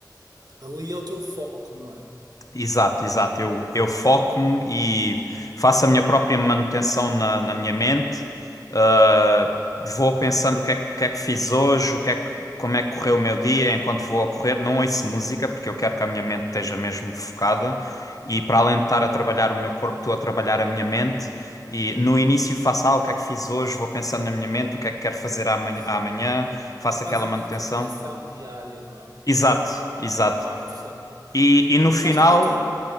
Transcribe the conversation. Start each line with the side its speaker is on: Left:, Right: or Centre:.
Right: Ali é o teu foco, não é?
Left: Exato, exato. Eu, eu foco-me e faço a minha própria manutenção na, na minha mente. Uh, vou pensando o que é, que que é que fiz hoje, o que é que, como é que correu o meu dia enquanto vou a correr.
Right: Hum,
Left: Não ouço música porque eu quero que a minha mente esteja mesmo focada. E para além de estar a trabalhar o meu corpo, estou a trabalhar a minha mente. E no início faço, ah, o que é que fiz hoje, vou pensando na minha mente, o que é que quero fazer amanhã,
Right: sim.
Left: amanhã, faço
Right: É quase
Left: aquela
Right: uma
Left: manutenção.
Right: introspecção diária, não é?
Left: Exato, exato.
Right: Pá, interessante.
Left: E, e no final,
Right: Lá está, eu tenho,